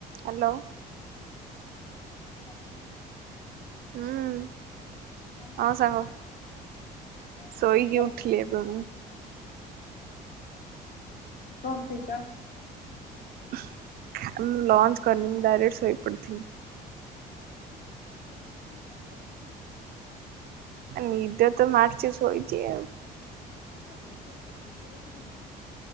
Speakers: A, on the right; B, on the left.
A: Hello.
B: Hello.
A: ହୁଁ।
B: କଣ କରୁଛ?
A: ହଁ ସାଙ୍ଗ
B: ହଁ
A: ଶୋଇକି
B: ସାଙ୍ଗ କଣ
A: ଉଠିଲି
B: ଖାଇଛ?
A: ଏବେ ମୁଁ।
B: <unintelligible>
A: ମୁଁ ଲଞ୍ଚ କରିନି ମୁଁ ଡାଇରେକ୍ଟ ଶୋଇ ପଡିଥିଲି।
B: <inaudible>
A: ନିଦ ତ ମାରଛି ଶୋଇଛି।
B: ରଜରେ ଏ କଣ ସଜ୍ଜ ବାଜ ହଉନ?